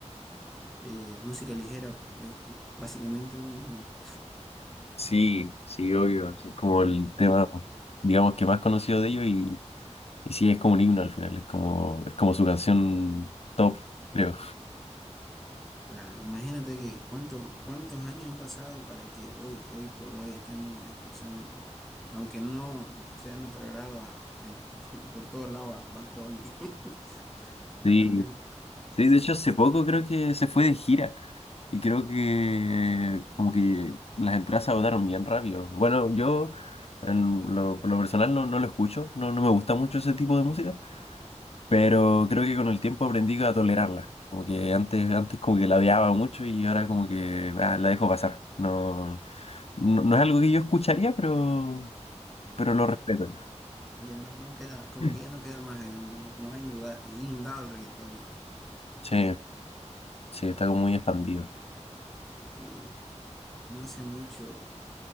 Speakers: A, in the centre; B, on the left.
A: eh, música ligera es básicamente un himno.
B: Sí, sí, obvio. Es como el tema, digamos, que más conocido de ellos y, y sí, es como un himno al final. Es como, es como su canción top, creo.
A: Claro, imagínate que cuántos, cuántos años han pasado para que hoy, hoy por hoy estemos escuchando, aunque no sea de nuestro agrado, a- en- <laughs> por todos lados a Bad Bunny, <laughs> al
B: Sí,
A: conejo. Max.
B: sí, de hecho hace poco creo que se fue de gira y creo que como que las entradas se agotaron bien rápido. Bueno, yo en lo, por lo personal no, no lo escucho, no, no me gusta mucho ese tipo de música. pero creo que con el tiempo aprendí a tolerarla. Como que antes, antes como que la odiaba mucho y ahora como que ah, la dejo pasar. No, no, no es algo que yo escucharía, pero, pero
A: Pues,
B: lo respeto.
A: ya no, no queda, como
B: Mm.
A: que ya no queda más, eh, no, nos ha inunda- inundado, el reggaetón. eh.
B: Sí, sí, está como muy expandido.
A: Y no hace mucho.